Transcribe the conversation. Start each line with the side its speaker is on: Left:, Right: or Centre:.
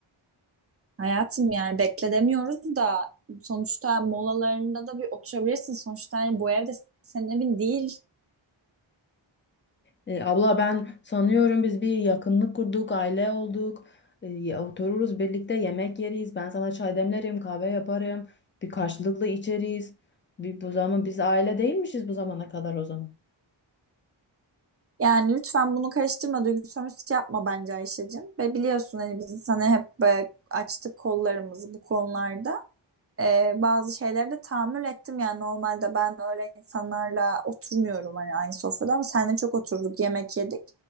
Right: Hayatım yani bekle demiyoruz da sonuçta molalarında da bir oturabilirsin. Sonuçta hani bu evde senin evin değil.
Left: E, abla ben sanıyorum biz bir yakınlık kurduk, aile olduk. E, ya- otururuz birlikte yemek yeriz. Ben sana çay demlerim, kahve yaparım. Bir karşılıklı içeriz. Bir, bu zaman biz aile değilmişiz bu zamana kadar o zaman.
Right: Yani lütfen bunu karıştırma, duygusal sömürüsü yapma bence Ayşe'cim. Ve biliyorsun hani biz sana hep böyle açtık kollarımızı bu konularda. Ee, bazı şeyleri de tahammül ettim yani normalde ben öyle insanlarla oturmuyorum hani aynı sofrada ama seninle çok oturduk yemek yedik.